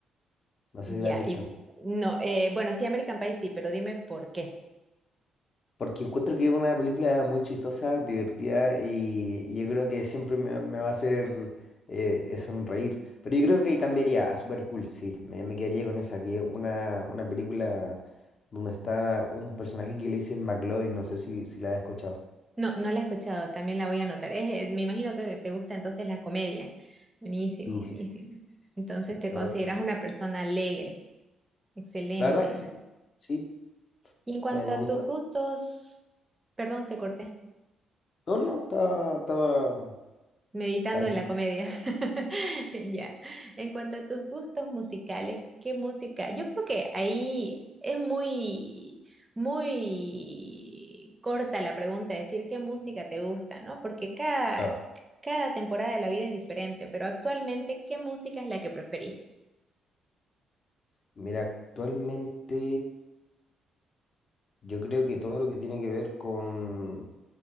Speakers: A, on the left; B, on the right.
A: No
B: Ya,
A: sé si la has visto.
B: y no, eh, bueno, sí, American Pie sí, pero dime por qué.
A: Porque encuentro que es una película muy chistosa, divertida y, y yo creo que siempre me, me va a hacer eh, eh, sonreír. Pero yo creo que cambiaría a Super Cool, sí. Me, me quedaría con esa, que es una, una película donde está un personaje que le dicen McLovin, no sé si, si la has escuchado.
B: No, no la he escuchado, también la voy a anotar. Es, eh, me imagino que te gusta entonces la comedia. Buenísimo,
A: Sí,
B: buenísimo.
A: sí, sí, sí, sí, sí,
B: Entonces
A: sí,
B: te
A: todo
B: consideras
A: lo que...
B: una persona alegre. Excelente.
A: La verdad es que sí, sí,
B: Y en cuanto
A: me, me
B: a
A: gusta.
B: tus gustos, perdón, te corté.
A: No, no, estaba, estaba,
B: Meditando
A: estaba diciendo.
B: en la comedia. <laughs> Ya. En cuanto a tus gustos musicales, ¿qué música? Yo creo que ahí es muy, muy corta la pregunta, decir qué música te gusta, ¿no? Porque cada,
A: Claro.
B: cada temporada de la vida es diferente, pero actualmente, ¿qué música es la que preferís?
A: Mira, actualmente yo creo que todo lo que tiene que ver con,